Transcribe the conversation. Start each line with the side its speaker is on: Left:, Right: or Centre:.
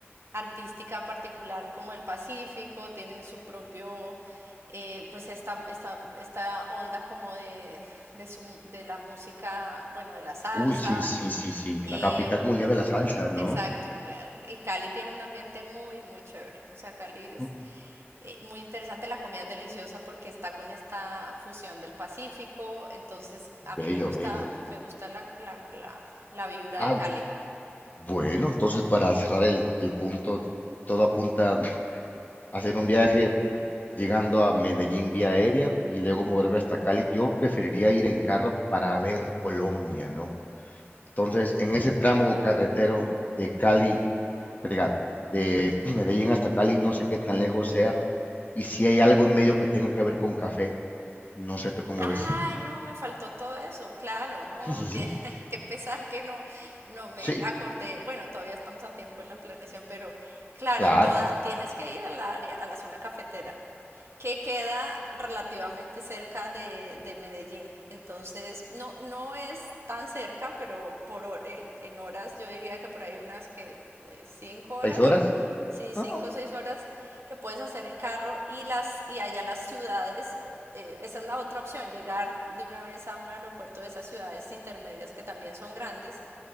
Right: artística particular como el Pacífico, tiene su propio, eh, pues esta, esta, esta onda como de, de, su, de la música, bueno, de la salsa,
Left: Uy, sí, sí, sí, sí.
Right: em,
Left: La capital mundial de la salsa, ¿no?
Right: exacto, que- y Cali tiene un ambiente muy, muy chévere, o sea, Cali es,
Left: Ujú.
Right: eh, Muy interesante, la comida es deliciosa porque está con esta fusión del Pacífico, entonces a
Left: Bello,
Right: mí me gusta,
Left: bello.
Right: me gusta la, la, la, la vibra
Left: Ah,
Right: de Cali.
Left: bueno, entonces para cerrar el, el punto, todo apunta hacer un viaje llegando a Medellín vía aérea y luego moverme hasta Cali. Yo preferiría ir en carro para ver Colombia, ¿no? Entonces, en ese tramo carretero de Cali, diga, de <clears throat> Medellín hasta Cali, no sé qué tan lejos sea, y si hay algo en medio que tenga que ver con café, no sé tú cómo
Right: Ay,
Left: ves.
Right: no, me faltó todo eso, claro, no,
Left: Sí, sí,
Right: tiene
Left: sí.
Right: <laughs> que pesar que no, no me
Left: Sí,
Right: acordé, bueno, todavía estamos a tiempo en la planeación, pero claro,
Left: claro.
Right: toda, tienes que ir a la área, a la zona cafetera, que queda relativamente cerca de, de Medellín, entonces no, no es tan cerca, pero por hor- en, en horas yo diría que por ahí unas que eh, cinco horas
Left: ¿Seis horas?
Right: Sí, cinco
Left: Ah, ah.
Right: o seis horas que puedes hacer en carro y las y allá las ciudades, o- eh, esa es la otra opción, llegar de una vez a un aeropuerto de esas ciudades intermedias que también son grandes,